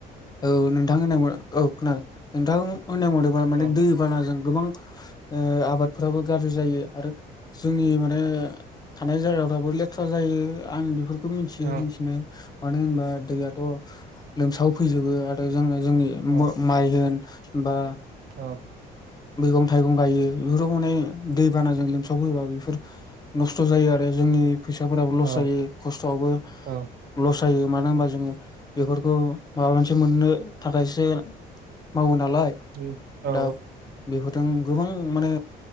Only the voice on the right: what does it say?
औ
औ
औ
औ
औ
औ
औ